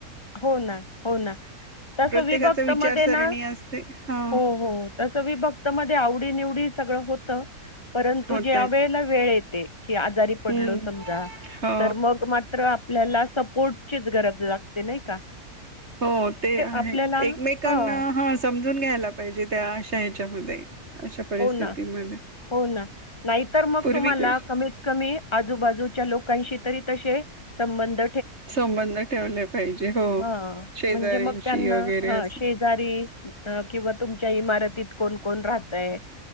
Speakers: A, on the left; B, on the right.
A: हो ना हो ना तस
B: प्रत्येकाचा
A: विभक्त
B: विचारसरणी
A: मध्ये ना
B: असते हा
A: हो हो तस विभक्त मध्ये आवडी निवडी सगळं होत. परंतु
B: होतात.
A: ज्या वेळेला वेळ येते की आजारी पडलो
B: हम्म
A: समजा
B: हो
A: तर मग मात्र आपल्याला सपोर्टचीच गरज लाग ते नाही का?
B: हो ते आहे
A: आपल्याला
B: एकमेकांना
A: हां.
B: हा समजून घ्यायला पाहिजे त्या त्या्याच्यामध्ये अशा परिस्थितीमध्ये.
A: हो ना, हो ना नाहीतर मग
B: पूर्वी
A: तुम्हाला
B: कसे
A: कमीत कमी आजूबाजूच्या लोकांशी तरी तसे संबंध
B: संबंध ठेवले पाहिजे हो.
A: हा
B: शेजाऱ्यांशी
A: म्हणजे मग त्यांना
B: वगैरे
A: हा
B: असं
A: शेजारी किंवा तुमच्या इमारतीत कोण कोण राहतय.